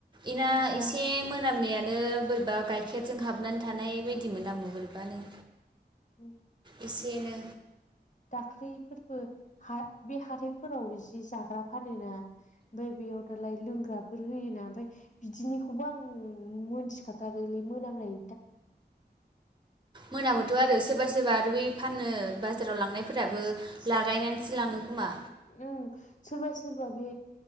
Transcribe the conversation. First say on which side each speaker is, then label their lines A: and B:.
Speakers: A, on the right; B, on the left.
A: इना
B: मोनथिया
A: इसे
B: ओमफाय
A: मोनानायानो बोरैबा गाइखेर जों हाबनानै थानाय बायदि मोनामो मोरैबानो।
B: उम
A: एसेनो
B: दाख्लैफोरबो हा बे हाथायफोराव जि जाग्रा फानोना ओमफ्राय बेयाव दालाय लोंग्रा फोर होयोना ओमफफ्राय बिदिनिखौबो आं मोनथिखाथारोलै मोनामनाय
A: मोनामोथ' आरो सोरबा सोरबा आरो बै फाननो बा जाराव लांनायफोराबो लागायनानैसो लाङो खोमा।
B: उम सोरबा सोरबा बे